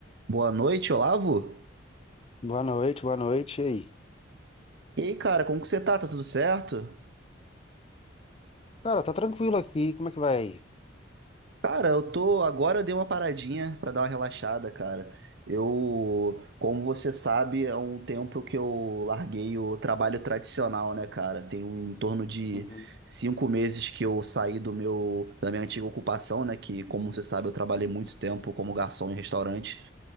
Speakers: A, on the right (about 60°); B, on the left (about 30°).
A: Boa noite, Olavo.
B: Boa noite, boa noite. E aí?
A: E aí, cara, como que você tá? Tá tudo certo?
B: Cara, tá tranquilo aqui. Como é que vai? aí?
A: Cara, eu tô. Agora eu dei uma paradinha pra dar uma relaxada, cara. Eu, como você sabe, há um tempo que eu larguei o trabalho tradicional, né, cara? Tem um- em torno de
B: Uhum,
A: cinco meses que eu saí do meu, da minha antiga ocupação, né? Que, como você sabe, eu trabalhei muito tempo como garçom em restaurante.